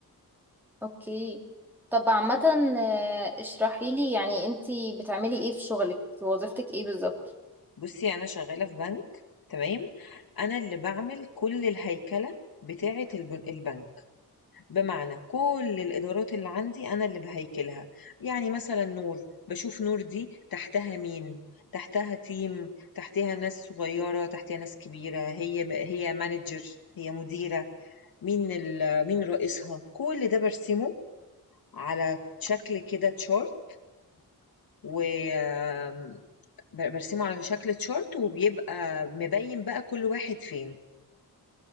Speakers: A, in the centre; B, on the left.
A: اوكي طب عامة آه، اشرحي لي يعني انتي بتعملي ايه في شغلك في وظيفتك ايه بالظبط
B: بصي انا شغالة في بنك تمام انا اللي بعمل كل الهيكلة بتاعة البن- البنك بمعنى كل الإدارات اللي عندي أنا اللي باهيكلها، يعني مثلًا نور، باشوف نور دي تحتها مين، تحتها تيم، تحتها ناس صغيّرة، تحتها ناس كبيرة، هي ب هي manager هي مديرة، مين ال مين رئيسها، كل ده بارسمه على شكل كده chart وآمم ب بارسمه على شكل chart وبيبقى مبيّن بقى كل واحد فين.